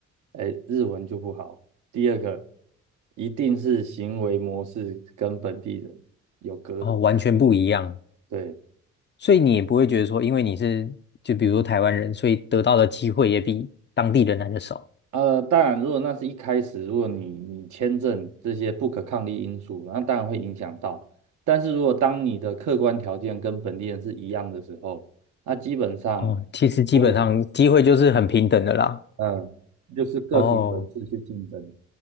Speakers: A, on the right; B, on the left.
A: 哎，日文就不好，第二个一定是行为模式跟本地人有隔阂。
B: 哦，完全不一样。
A: 对，
B: 所以你也不会觉得说，因为你是就比如说台湾人，所以得到的机会也比当地人来的少。
A: 呃，当然如果那是一开始，如果你你签证这些不可抗力因素，那当然会影响到。但是如果当你的客观条件跟本地人是一样的时候，那基本上。
B: 哦，其实基本上机会就是很平等的啦。
A: 有。嗯，就是各凭本事去竞争。
B: 哦，